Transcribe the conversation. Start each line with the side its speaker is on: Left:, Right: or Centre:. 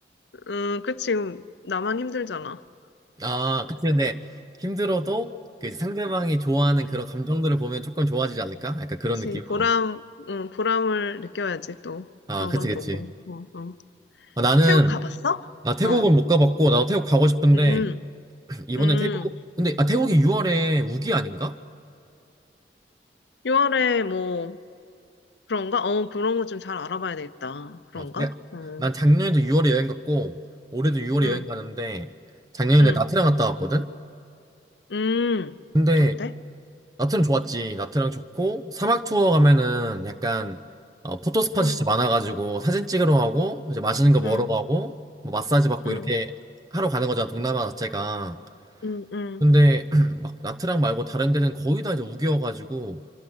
Left: 응, 그치. 나만 힘들잖아.
Right: 아, 그치, 근데 힘들어도 그 이제 상대방이 좋아하는 그런 감정들을 보면 조금 좋아지지 않을까? 약간 그런
Left: 그치.
Right: 느낌으로.
Left: 보람, 응, 보람을 느껴야지 또.
Right: 아,
Left: 그런
Right: 그치,
Left: 걸
Right: 그치.
Left: 보고. 어, 어.
Right: 아, 나는,
Left: 태국 가봤어?
Right: 나 태국은
Left: 어.
Right: 못 가봤고, 나도 태국 가고 싶은데,
Left: 음,
Right: <clears throat> 이번에
Left: 음.
Right: 태국, 근데, 아, 태국이 6월에 우기 아닌가?
Left: 6월에 뭐, 그런가? 어, 그런 거 좀 잘 알아봐야 되겠다. 그런가?
Right: 어, 내,
Left: 어.
Right: 난 작년에도 6월에 여행 갔고, 올해도 6월에
Left: 응,
Right: 여행 가는데, 작년에
Left: 응,
Right: 나트랑 갔다 왔거든?
Left: 응.
Right: 근데
Left: 어때?
Right: 나트랑 좋았지. 나트랑 좋고 사막 투어 가면은 약간 어, 포토 스팟이
Left: 응,
Right: 진짜 많아가지고 사진 찍으러 가고 이제 맛있는 거 먹으러
Left: 응,
Right: 가고 뭐 마사지 받고
Left: 응.
Right: 이렇게 하러 가는 거잖아. 동남아 자체가.
Left: 음, 음,
Right: 근데 <clears throat> 막 나트랑 말고 다른 데는 거의 다 이제 우기여가지고